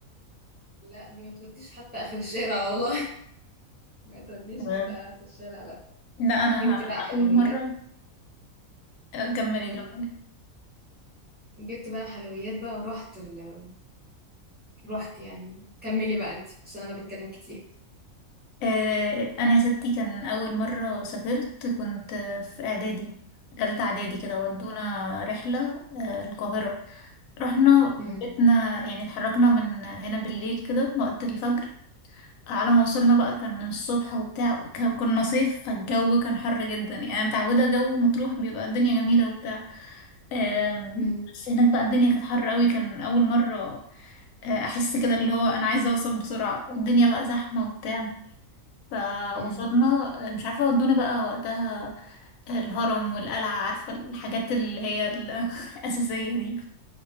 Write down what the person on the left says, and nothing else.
بجد
لا انا
اول مرة آه، كملي
كملي
آه، انا يا ستي كان اول مرة سافرت كنت في اعدادي تالتة اعدادي كده ودونا رحلة آه، القاهرة رحنا
بيتنا يعني اتحركنا من هنا بالليل كده وقت الفجر على ما وصلنا بقى كان الصبح وبتاع وك- كنا صيف فالجو كان حر جدا يعني أنا متعودة جو مطروح بيبقى الدنيا جميلة وبتاع أم،
بس هناك بقى الدنيا كانت حر قوي كان أول مرة آه، أحس كده اللي هو أنا عايزة أوصل بسرعة والدنيا بقى زحمة وبتاع فوصلنا
آه، مش عارفة ودونا بقى وقتها الهرم والقلعة عارفة الحاجات اللي هي ال- <laughs> الأساسية دي